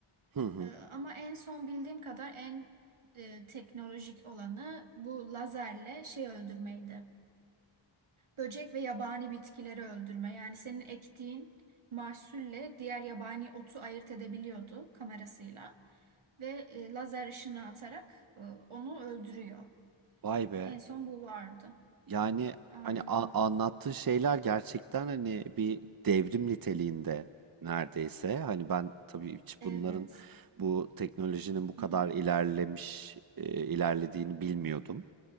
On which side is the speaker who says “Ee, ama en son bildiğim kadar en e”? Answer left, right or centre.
Right